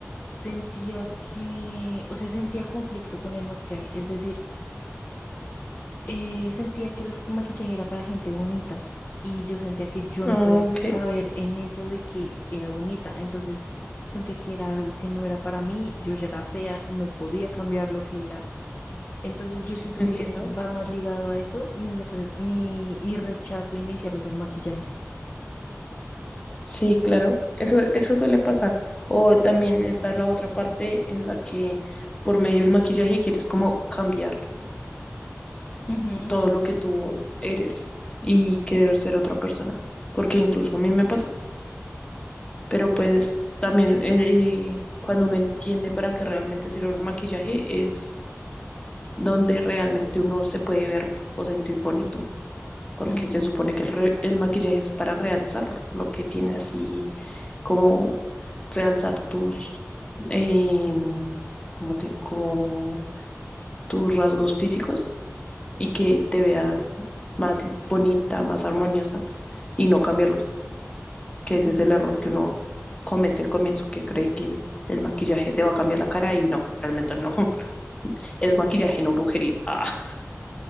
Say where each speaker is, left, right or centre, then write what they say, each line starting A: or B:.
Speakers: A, on the left (about 40°); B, on the left (about 20°).
A: sentía que, o sea, sentía conflicto con el maquillaje, es decir, eh, sentía que el maquillaje era para gente bonita y yo sentía que yo
B: Ok,
A: no podía caber en eso de que era bonita, entonces sentía que era algo que no era para mí, yo ya era fea, no podía cambiar lo que era, entonces yo siento
B: entiendo.
A: que va más ligado a eso mi, re- mi, mi rechazo inicial hacia el maquillaje.
B: Sí, claro. Eso, eso suele pasar. O también está la otra parte en la que por medio del maquillaje quieres como cambiar
A: Ujú,
B: todo
A: sí.
B: lo que tú eres y querer ser otra persona. Porque incluso a mí me pasa. Pero pues también eh, cuando uno entiende para qué realmente sirve el maquillaje es donde realmente uno se puede ver o sentir bonito, porque
A: Ujú,
B: se supone que el, re- el maquillaje es para realzar lo que tienes así, como realzar tus, em, ¿cómo te digo? como tus rasgos físicos y que te veas más bonita, más armoniosa y no cambiarlos, que ese
A: ujú.
B: es el error que uno comete al comienzo, que cree que el maquillaje te va a cambiar la cara y no, realmente no. <laughs> Es maquillaje, no brujería. <laughs>